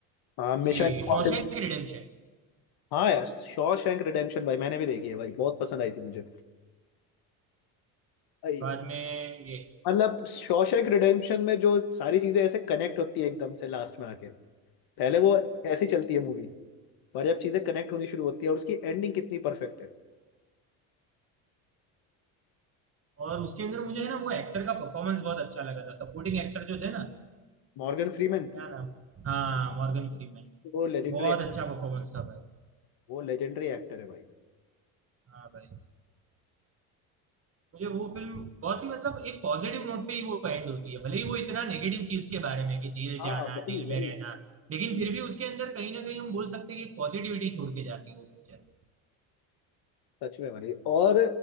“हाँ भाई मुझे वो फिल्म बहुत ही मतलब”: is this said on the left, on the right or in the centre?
Right